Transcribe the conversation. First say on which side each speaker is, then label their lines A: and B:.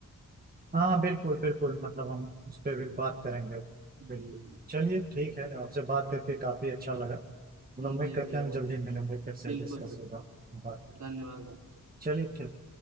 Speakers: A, on the right; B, on the right.
A: हाँ बिल्कुल बिल्कुल मतलब हम उस पर भी बात करेंगे
B: हम्म
A: बिल्कुल चलिए ठीक है आपसे बात करके काफी अच्छा लगा मतलब
B: मुझे
A: उम्मीद करते
B: भी
A: हैं
B: यार
A: हम जल्दी मिलेंगे फिर से
B: बिल्कुल
A: डिस्कस
B: बिल्कुल
A: होगा बात करें।
B: धन्यवाद
A: चलिए ठीक